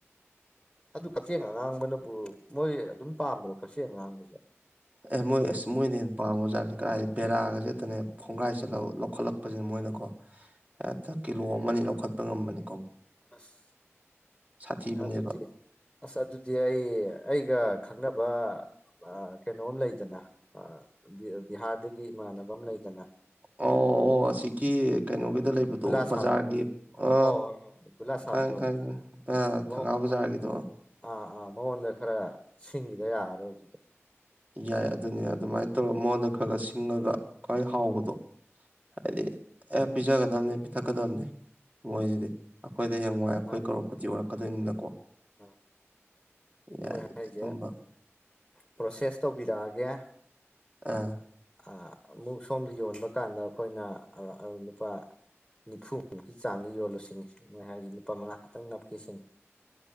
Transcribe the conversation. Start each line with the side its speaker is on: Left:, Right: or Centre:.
Centre: ꯑꯗꯨ ꯀꯛꯆꯤꯡ ꯑꯉꯥꯡꯕꯅꯕꯨ ꯃꯣꯏ ꯑꯗꯨꯝ ꯄꯥꯝꯕ꯭ꯔꯣ ꯀꯛꯆꯦꯡ ꯑꯉꯥꯡꯕꯖꯦ
Right: ꯑꯦ ꯃꯣꯏ ꯑꯦꯁ ꯃꯣꯏꯅ ꯍꯦꯟ ꯄꯥꯝꯒ꯭ꯔꯖꯥꯅꯤ ꯀꯥꯏ ꯕꯦꯔꯥꯒꯖꯦ ꯇꯅꯦ ꯈꯣꯡꯒ꯭ꯔꯥꯏ ꯆꯜꯂ ꯂꯧꯈꯠꯂꯛꯄꯖꯤꯅ ꯃꯣꯏꯅꯀꯣ ꯍꯦꯇ ꯀꯤꯂꯣ ꯑꯃꯅꯤ ꯂꯧꯈꯠꯄ ꯉꯝꯕꯅꯤ
Centre: ꯑꯁ
Right: ꯁꯥꯊꯤꯕꯅꯦꯕ
Centre: ꯑꯗꯨꯗꯤ ꯑꯁ ꯑꯗꯨꯗꯤ ꯑꯩ ꯑꯩ ꯑꯩꯒ ꯈꯪꯅꯕ ꯑ ꯀꯩꯅꯣꯝ ꯂꯩꯗꯅ ꯑ ꯕꯤꯍꯥꯔꯗꯒꯤ ꯏꯃꯥꯟꯅꯕ ꯑꯝ ꯂꯩꯗꯅ
Right: ꯑꯣ ꯑꯣ ꯑꯁꯤꯀꯤ ꯀꯩꯅꯣꯒꯤꯗ ꯂꯩꯕꯗꯣ
Centre: ꯒꯨꯂꯥ
Right: ꯕꯖꯥꯔꯒꯤ
Centre: ꯁꯥꯕꯗꯣ ꯍꯣꯏ
Right: ꯑ
Centre: ꯍꯣꯏ ꯍꯣꯏ ꯒꯨꯂꯥ ꯁꯥꯕꯗꯣ
Right: ꯈꯪꯉꯦ ꯈꯪꯉꯦ ꯈꯪꯉꯦ ꯑ
Centre: ꯃꯑꯣꯡ
Right: ꯊꯪꯒꯥꯜ ꯕꯖꯥꯔ ꯕꯖꯥꯔꯒꯤꯗꯣ
Centre: ꯑꯥ ꯑꯥ ꯃꯉꯣꯟꯗ ꯈꯔ ꯁꯤꯡꯒꯤꯗ ꯌꯥꯔꯣꯏ ꯑꯗꯨꯗꯤ
Right: ꯌꯥꯏ ꯑꯗꯨꯅꯤ ꯑꯗꯨꯃꯥꯏ ꯇꯧꯔ ꯃꯉꯣꯟꯗ ꯈꯒ ꯈꯒ ꯁꯤꯡꯉꯒ ꯈ꯭ꯋꯥꯏ ꯍꯥꯎꯕꯗꯣ ꯍꯥꯏꯗꯤ ꯑꯥ ꯄꯤꯖꯒꯗꯝꯅꯦ ꯄꯤꯊꯛꯀꯗꯝꯅꯦ ꯃꯣꯏꯖꯤꯗꯤ ꯑꯈꯣꯏꯗꯤ ꯍꯌꯦꯡꯋꯥꯏ ꯑꯈꯣꯏ
Centre: ꯃꯥꯅꯤ
Right: ꯀꯔꯣꯔꯄꯇꯤ ꯑꯣꯏꯔꯛꯀꯗꯣꯏꯅꯤꯅꯀꯣ
Centre: ꯑ
Right: ꯌꯥꯏ
Centre: ꯍꯣꯏ ꯍꯥꯏꯗꯦ
Right: ꯑꯗꯨꯝꯕ
Centre: ꯄ꯭ꯔꯣꯁꯦꯁ ꯇꯧꯕꯤꯔꯛꯑꯒꯦ
Right: ꯑ
Centre: ꯑ ꯑꯃꯨꯛ ꯁꯣꯝꯗ ꯌꯣꯟꯕ ꯀꯥꯟꯗ ꯑꯈꯣꯏꯅ ꯑ ꯑ ꯂꯨꯄꯥ ꯅꯤꯐꯨꯃꯨꯛꯀꯤ ꯆꯥꯡꯗ ꯌꯣꯜꯂꯨꯁꯤꯅꯤ ꯃꯣꯏ ꯍꯥꯏꯖꯦ ꯂꯨꯄꯥ ꯃꯉꯥ ꯈꯛꯇꯪ ꯅꯞꯀꯦ ꯁꯤꯅꯤ